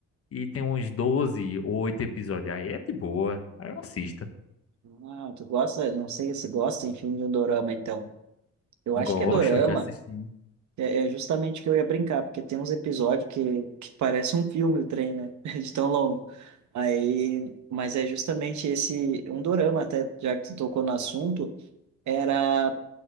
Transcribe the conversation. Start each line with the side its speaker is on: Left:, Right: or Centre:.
Left: E tem uns 12 ou 8 episódios. Aí é de boa. Aí eu assisto.
Right: Ah, tu gosta, não sei se gosta, enfim, de um dorama, então. Eu acho
Left: Gosto,
Right: que é dorama,
Left: já assisti.
Right: é, é justamente o que eu ia brincar, porque tem uns episódios que, que parece um filme o trem, né? <laughs> De tão longo. Aí, mas é justamente esse, um dorama, até, já que tu tocou no assunto, era